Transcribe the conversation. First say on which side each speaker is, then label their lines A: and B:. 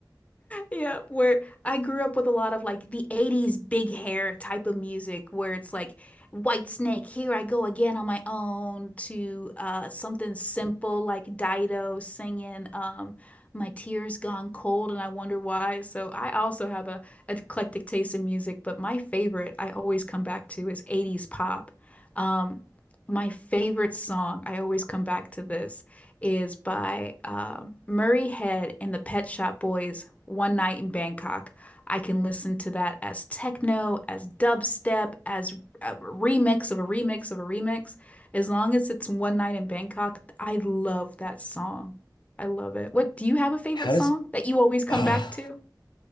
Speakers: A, on the left; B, on the left.
A: yeah, where I grew up with a lot of like the 80s big hair type of music where it's like White Snake, Here I Go Again on My Own to uh something simple like Dido singing um My Tears Gone Cold and I Wonder Why. So I also have a eclectic taste in music, but my favorite I always come back to is 80s pop. Um, my favorite song, I always come back to this. is by uh, Murray Head and the Pet Shop Boys, One Night in Bangkok. I can listen to that as techno, as dubstep, as a remix of a remix of a remix. As long as it's One Night in Bangkok, I love that song. I love it. What do you have a favorite
B: How
A: song
B: does?
A: that you always come
B: Ah.
A: back to?